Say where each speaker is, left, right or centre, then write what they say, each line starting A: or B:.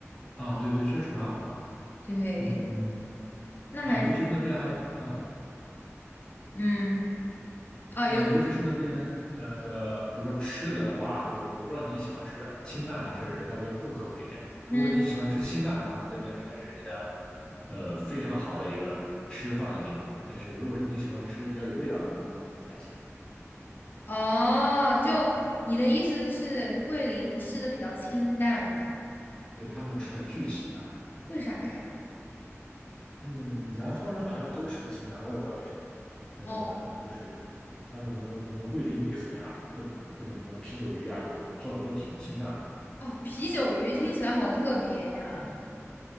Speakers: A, on the left; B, on the left.
A: 啊，对对，确实蛮好看的。
B: 对，
A: 嗯，
B: 那还
A: 啊，尤其是那边还，啊，
B: 嗯啊有
A: 呃，尤其是那边呃的，比如说吃的话，就我不知道你喜欢吃清淡还是稍微重口味一点。
B: 嗯
A: 如果你喜欢吃清淡的话，那这边真的是你的呃非常好的一个吃饭的地方。但是如果是你喜欢吃比较有味道的，那地方可能不太行。
B: 哦，就你的意思是桂林吃的比较清淡嘛？
A: 对，他们吃的巨清淡。
B: 为啥呀？
A: 嗯，南方人好像都吃的清淡，我也不知道为啥。呃，
B: 哦
A: 就是他们什么什么桂林米粉呀，各种各种什么啤酒鱼呀，就做的都挺清淡的。
B: 哦，啤酒鱼听起来好特别呀！